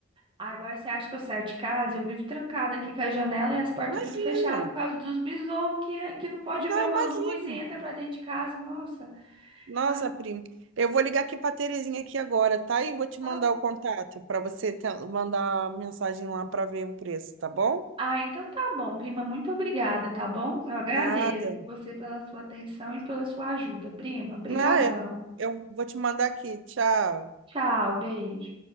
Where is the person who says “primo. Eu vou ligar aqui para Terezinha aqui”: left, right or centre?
Right